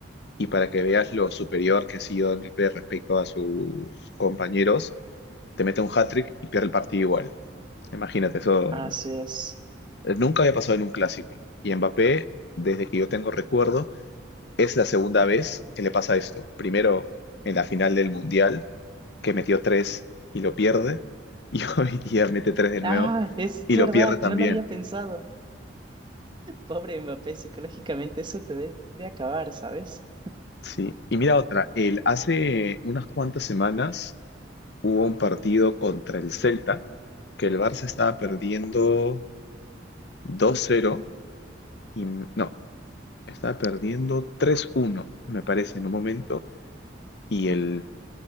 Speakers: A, on the left; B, on the right.
A: Y para que veas lo superior que ha sido Mbappé respecto a sus compañeros, te mete un hat-trick y pierde el partido igual. Imagínate, eso
B: así es.
A: Nunca había pasado en un clásico. Y Mbappé, desde que yo tengo recuerdo, es la segunda vez que le pasa esto. Primero en la final del Mundial, que metió tres y lo pierde. Y <laughs> hoy día mete tres de nuevo
B: Ah, es
A: y
B: verdad,
A: lo pierde también.
B: no lo había pensado. Pobre Mbappé, psicológicamente eso te debe acabar, ¿sabes?
A: Sí. Y mira otra. él hace unas cuantas semanas hubo un partido contra el Celta, que el Barça estaba perdiendo dos cero Y, no, estaba perdiendo tres uno me parece, en un momento. Y el